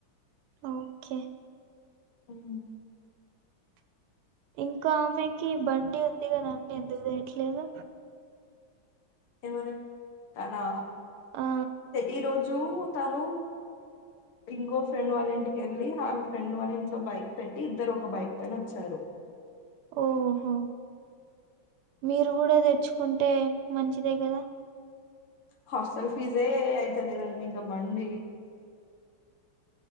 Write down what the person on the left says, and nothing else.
ఉమ్.
ఎవ తనా
ఈరోజ జూ తను ఇంకో ఫ్రెండ్ వాళ్ళ ఇంటికి వెళ్ళి ఆ ఫ్రెండ్ వాళ్ళ ఇంట్లో బైక్ పెట్టి ఇద్దరు ఒక బైక్ పైన వచ్చారు
హాస్టల్ ఫీజే అయితే లేదండి ఇంకా మండి